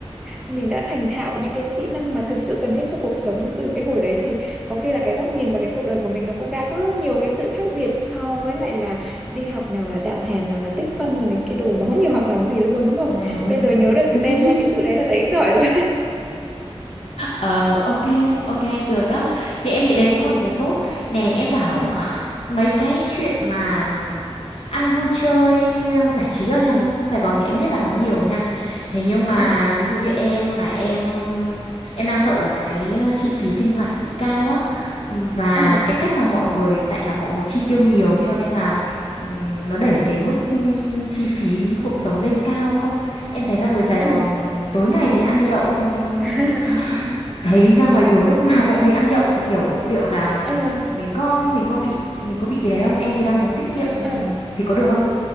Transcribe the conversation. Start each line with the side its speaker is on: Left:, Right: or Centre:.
Centre: mình đã thành thạo những cái kỹ năng mà thực sự cần thiết cho cuộc sống từ cái hồi đấy thì có khi là cái góc nhìn và cái cuộc đời của mình nó cũng đã có nhiều cái sự khác biệt so với lại là đi học nào là đạo hàm nào là tích phân rồi này cái đồ mà không hiểu học làm gì luôn đúng không
Left: ừ ừ
Centre: bây giờ nhớ được cái
Left: <laughs>
Centre: tên hai
Left: ừ.
Centre: cái chữ đấy là thấy giỏi rồi
Left: Ờ, ok, ok, được
Centre: <laughs>
Left: đó.
Centre: ừ,
Left: Thì em nghĩ đấy cũng là một cái tốt. Nè, em bảo
Centre: ừ,
Left: à, mấy cái chuyện mà ừm, ăn vui chơi ờ, giải trí ở
Centre: ừ,
Left: trong Sài Gòn thì em biết là nó nhiều nha. Thế nhưng mà
Centre: ừ,
Left: ví dụ như em mà em em đang sợ là cái ờ, chi phí sinh hoạt bị cao á Ừm, và
Centre: ừ,
Left: cái cách mà mọi người tại là mọi người chi tiêu nhiều cho nên là ừm, nó đẩy cái mức ừm, chi phí cuộc sống lên cao không? Em thấy là người Sài
Centre: ừ.
Left: Gòn tối ngày thấy ăn nhậu xong
Centre: <laughs>
Left: thấy ra ngoài đường lúc nào cũng thấy ăn nhậu thì kiểu liệu là
Centre: Ờ,
Left: mình có mình có bị mình có bị cái đấy không? Em thì đang muốn tiết kiệm ừm,
Centre: ờ,
Left: thì có được không?